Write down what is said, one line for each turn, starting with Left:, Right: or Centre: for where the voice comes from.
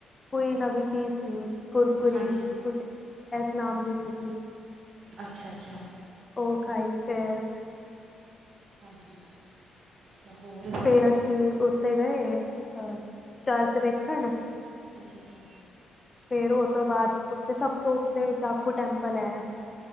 Left: ਕੋਈ
Right: ਹਾਂ,
Left: ਨਵੀਂ ਚੀਜ਼ ਸੀ। ਕੁਰਕਰੀਸ,
Right: ਹਾਂਜੀ
Left: ਕੁਛ ਇਸ ਨਾਮ ਦੀ ਸੀਗੀ।
Right: ਅੱਛਾ ਅੱਛਾ
Left: ਉਹ, ਖਾਈ ਫੇਰ।
Right: ਹਾਂਜੀ, ਅੱਛਾ ਹੋਰ?
Left: ਫੇਰ, ਅਸੀਂ ਉੱਤੇੇ ਗਏ ਅ, ਚਰਚ ਵੇਖਣ।
Right: ਅੱਛਾ -ਅੱਛਾ।
Left: ਫੇਰ, ਉਸ ਤੌਂ ਬਾਅਦ, ਉੱਤੇ ਸਭ ਤੋਂ ਉੱਤੇ ਜਾਖੂ ਟੈਂਪਲ ਹੈ।